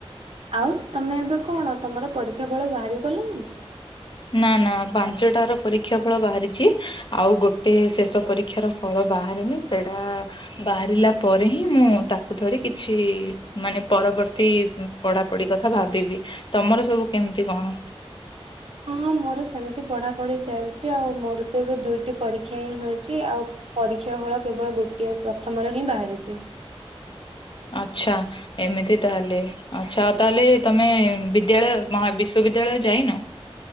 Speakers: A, on the right; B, on the left.
A: ଆଉ ତମେ ଏବେ କଣ ତମର ପରୀକ୍ଷା ବଳ ବାହାରି ଗଲାଣି?
B: ନା ନା ପାଞ୍ଚଟ ର ପରୀକ୍ଷା ଫଳ ବାହାରିଛି। ଆଉ ଗୋଟେ ଶେଷ ପରୀକ୍ଷାର ଫଳ ବାହାରିନି, ସେଇଟା ବାହାରିଲା ପରେ ହିଁ ମୁଁ ତାକୁ ଧରି କିଛି ମାନେ ପରବର୍ତ୍ତୀ ପଢାପଢି କଥା ଭାବିବି ତମର ସବୁ କେମିତି କଣ?
A: ହଁଁ ମୋର ସେମିତି ପଢା ପଢି ଚାଲିଛି, ଆଉ ମୋର ତ ଏବେ ଦୁଇଟି ପରୀକ୍ଷା ହିଁ ହୋଇଚି। ଆ ପରୀକ୍ଷା ଫଳ କେବଳ ଗୋଟିଏ ପ୍ରଥମରେ ହିଁ ବାହାରିଚି।
B: ଆଛା ଏମିତି ତାହେଲେ ଆଛା ଆଉ ତାହେଲେ ତମେ ବି ବିଦ୍ୟାଳୟ ମହାବିଶ୍ୱବିଦ୍ୟାଳୟ ଯାଇନ?